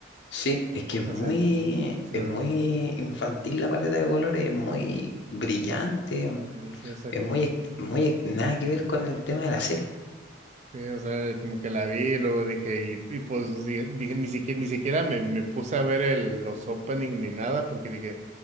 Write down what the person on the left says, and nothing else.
Sí, es que es muy,
es muy infantil la paleta de colores, es muy brillante,
Es
muy, ex- muy, ex- nada que ver con el tema de la serie.